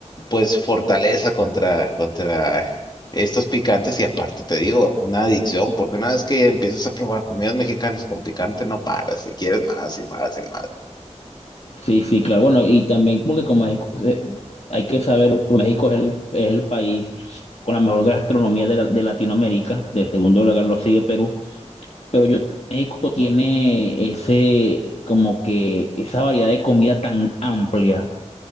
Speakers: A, on the left; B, on the left.
A: pues fortaleza contra, contra estos picantes y aparte te digo, una adicción, porque una vez que empiezas a probar comidas mexicanas con picante no paras y quieres más y más y más.
B: Sí, sí, claro. Bueno, y también porque como es- eh, hay que saber, México es el, es el país con la mejor gastronomía de, la- de Latinoamérica, de segundo lugar lo sigue Perú, pero yo México tiene ese, como que esa variedad de comida tan amplia